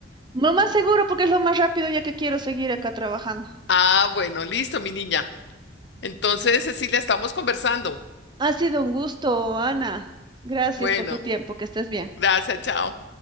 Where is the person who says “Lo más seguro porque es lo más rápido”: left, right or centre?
Right